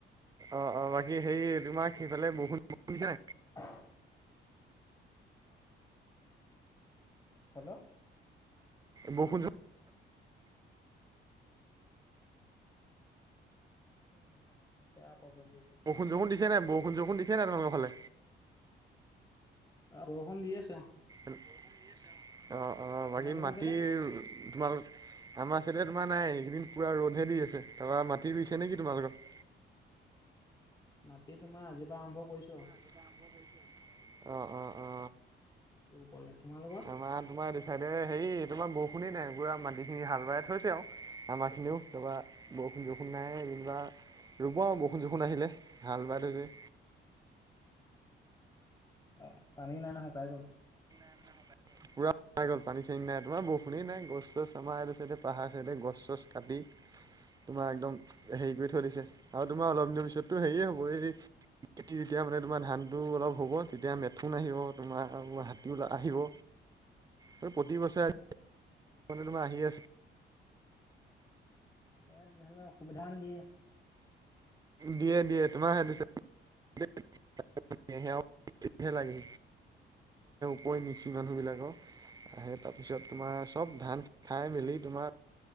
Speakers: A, on the right; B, on the left.
A: অ অ বাকী হে তোমাক সেইফালে বৰষুণ <inaudible> দিছে নাই?
B: <inaudible> হেল্ল'?
A: বসুধ
B: এ মোৰ নেটটো বেয়া প্ৰব্লেম দিছে।
A: ষুন যোখন দিছে নে নাই বৰষুণ যোখন দিছেনে নাই তোমাৰফালে?
B: বৰষুণ দি আছে অ।
A: অ, অ,
B: তোমালোকৰ
A: বাকী মাটিৰ
B: চাইডে
A: তোমালোক আমাৰ চছে তোমাৰ নাই এইকেইদিন পুৰা ৰ'দহে দি আছে তাৰপৰা মাটি ৰুইছে নেকি তোমালোক?
B: মাটি তোমাৰ আজিৰ পৰাা আৰম্ভ কৰিছোঁ আৰু।
A: <inaudible> অ, অ, অ।
B: ৰুবলে। তোমালোকৰ
A: আমাৰ তোমাৰ এইটো চাইডে হেৰি তোমাৰ বৰষুণেই নাই বুঢ়ৰা মাটিখিনি হাল বৱাই থৈছে আৰু আমাৰখিনিও তাৰপবা
B: অ
A: বৰষুণ চৰষুণ নাই যেনিবা ৰুব বৰষুণ চৰষুণ আহিলে ভাল বাই থৈছে।
B: অ, পানী নাই না শুকাই গ'ল।
A: <unintelligible> পাই গল পানী চানী নাই তোমাৰ বৰষুণেই নাই গছ চছ আমাৰ এই চাইডে পাহাৰ চাইডে গছ চছ কাটি
B: <inaudible>
A: তোমাৰ একদম হেৰি কৰি থৈ দিছে আৰু তোমাৰ অলপ দিনৰ পিছতো হেয়ে হ'ব এই খেতি যেতিয়া মানে তোমাৰ ধানটো অলপ হ'ব তেতিয়া মেথোন আহিব তোমাৰ হাতী ও আহিব। আৰু প্ৰতি <unintelligible> বছৰোন
B: অ
A: তোমাৰ আহি আছে।
B: এ তেনেহলে অসুবিধা মান দিয়ে।
A: দিয়ে দিয়ে তোমাৰ সে <unintelligible> <unintelligible> লাগে পুহে নিচি মানুহ বিলাকৰ। সেই তাৰপিছত তোমাৰ চব ধান খাই মেলি তোমাৰ